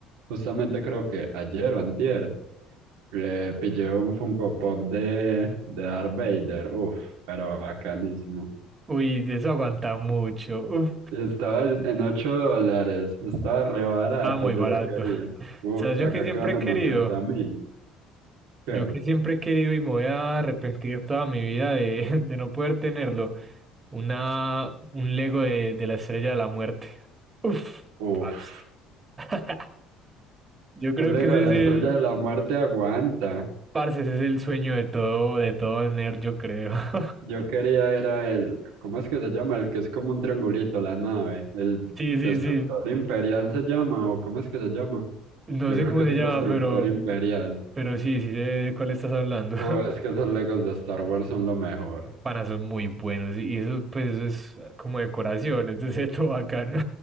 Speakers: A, on the right; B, on the right.
A: justamente creo que ayer o antier. Le pillé un Funko Pop de, de Darth Vader, uff, pero bacanísimo.
B: Uy, de eso aguanta mucho. Uf,
A: Estaba en 8 dólares, estaba re barato,
B: está muy
A: yo
B: barato.
A: lo quería.
B: <laughs>
A: uf,
B: ¿Sabes? Yo
A: acá
B: que siempre
A: que valen
B: he querido,
A: ochenta mil. ¿Qué?
B: yo que siempre he querido y me voy a arrepentir toda mi vida de, <laughs> de no poder tenerlo, una, un Lego de, de la Estrella de la Muerte. Uf,
A: uf,
B: parce. <laughs> Yo creo
A: un Lego
B: que ese
A: de
B: es
A: la
B: el,
A: Estrella de la Muerte aguanta.
B: Parce, ese es el sueño de todo, de todo nerd, yo creo. <laughs>
A: Yo quería era el, ¿cómo es que se llama? El que es como un triangulito, la nave. El
B: Sí,
A: Destructor
B: sí, sí.
A: Imperial se llama, o ¿cómo es que se llama?
B: No
A: Yo
B: sé
A: creo
B: cómo
A: que
B: se
A: es
B: llama,
A: un Destructor
B: pero,
A: Imperial.
B: pero sí, sí sé de cuál estás hablando. <laughs>
A: Uh, es que esos Legos de Star Wars son lo mejor.
B: Panas son muy buenos y eso, pues, eso es como decoración, entonces es todo bacano.